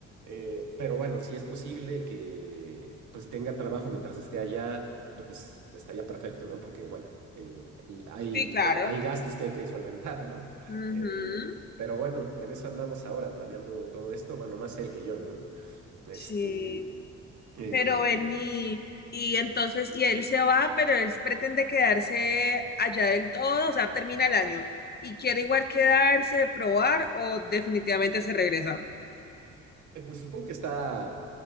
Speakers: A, on the right; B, on the left.
A: Eh, pero bueno, si es posible que pues tenga trabajo mientras esté allá, pues estaría perfecto, ¿no? Porque bueno, eh, l- hay,
B: Sí, claro.
A: eh, hay gastos que hay que solventar, ¿no?
B: Ujú.
A: Eh, pero bueno, en eso andamos ahora, planeando todo esto, bueno, más él que yo, ¿no? Este...
B: Sí.
A: eh,
B: Pero vení, y entonces, y él se va, pero él pretende quedarse allá del todo, o sea, termina el año. Y quiere igual quedarse, probar, o definitivamente se regresa.
A: Eh, Pues supongo que está, a-